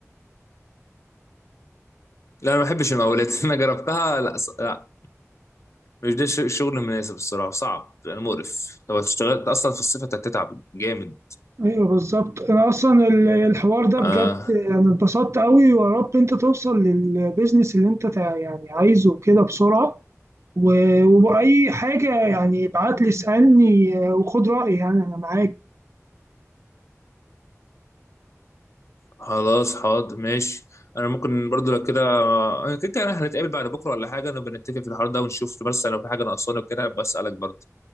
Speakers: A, on the left (about 60°); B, on the right (about 60°).
A: لا انا ما بحبش المقاولات <laughs> انا جربتها لا, ص... لا مش ده الش- الشغل المناسب الصراحه صعب يعني مقرف لو اشتغلت اصلا في الصيف هتتعب جامد
B: ايوه بالظبط انا اصلا ال- الحوار ده
A: آه
B: بجد انا اتبسطت قوي ويا رب انت توصل للبيزنس اللي انت تع- يعني عايزه كده بسرعه و- وبأي حاجه يعني ابعت لي اسالني آه، وخد رايي يعني انا معاك
A: خلاص حاضر ماشي انا ممكن برضو لو كده أنا كده كده هنتقابل بعد بكره ولا حاجه نبقى نتفق في الحوار ده ونشوف بس لو في حاجه ناقصاني وكده بسالك برضو